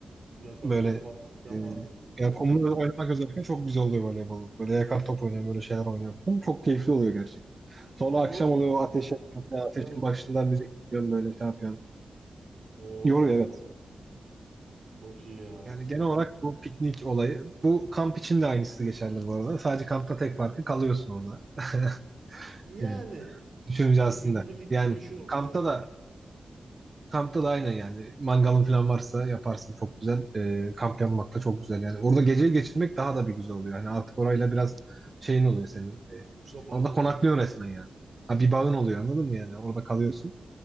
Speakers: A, on the right; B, on the right.
A: Yakar
B: Böyle
A: top falan filan
B: e,
A: vardı bizim
B: ya
A: zaman.
B: kumla oynamak özellikle çok güzel oluyor voleybol. Böyle yakar top oynuyorum, böyle şeyler oynuyorum. falan. Çok keyifli oluyor gerçekten. Sonra
A: Yoruyor
B: akşam oluyor
A: ama
B: ateş
A: ya.
B: yakıyorsun. Yani
A: Biraz
B: ateşin başından müzik dinliyorsun böyle şey yapıyorsun.
A: o
B: Yoruyor evet.
A: çok iyi ya.
B: Yani genel olarak bu piknik olayı. Bu kamp için de aynısı geçerli bu arada. Sadece kampta tek farkı kalıyorsun orada. <laughs>
A: Yani
B: Yani düşününce aslında.
A: o günübirlik
B: Yani
A: gibi bir şey oluyor
B: kampta
A: yani.
B: da kampta da aynen yani. Mangalın falan varsa yaparsın çok güzel. Ee, kamp yapmak da çok güzel. Yani orada geceyi geçirmek daha da bir güzel oluyor. Yani artık orayla biraz şeyin oluyor senin. Ee,
A: Duygusa bağın
B: orada
A: oluyor.
B: konaklıyorsun resmen yani. Ha, bir bağın oluyor anladın mı yani? Orada kalıyorsun.